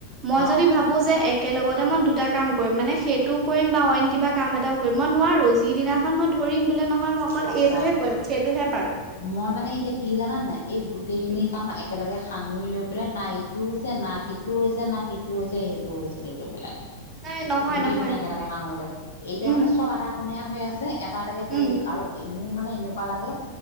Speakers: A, on the right (about 25°); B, on the left (about 65°).
A: মই
B: অ'।
A: যদি ভাবো যে একেলগতে মই দুটা কাম কৰিম মানে সেইটোও কৰিম বা অইন কিবা কাম এটাও কৰিম মই নোৱাৰোঁ যিদিনাখন মই কৰিম বোলে নহয় মই অকল
B: সঁচা
A: এইটোহে কৰিম সেইটোহে পাৰো
B: মই মানে এতিয়া কি জানা নে নাই এই গোটেই খিনি
A: উম
B: কাম একেলগে সাঙুৰি লৈ পেলাই না ইটো হৈছে না সিটো হৈছে না সিটো হৈছে সেইটো হৈছেগ গৈ পেলাই
A: নাই নহয়
B: গোটেই
A: নহয়
B: খিনি একেলগে সাঙৰি লয় এতিয়া
A: উম
B: মানে চব আধাখনীয়া হৈ আছে এটা এটাকে
A: উম
B: কৰি আছো আৰু মোৰ মানে এনেকুৱা লাগে